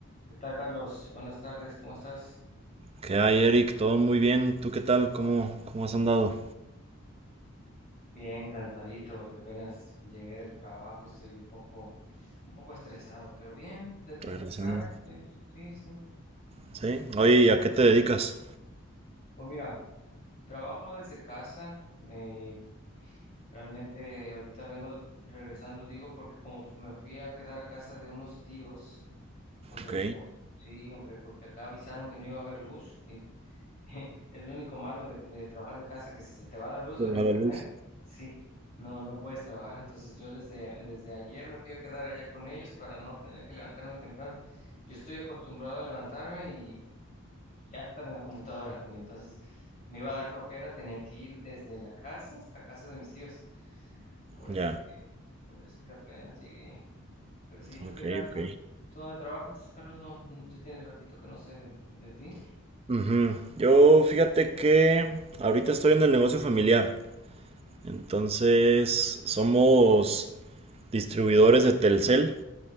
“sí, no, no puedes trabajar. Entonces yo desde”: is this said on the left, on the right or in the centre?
Left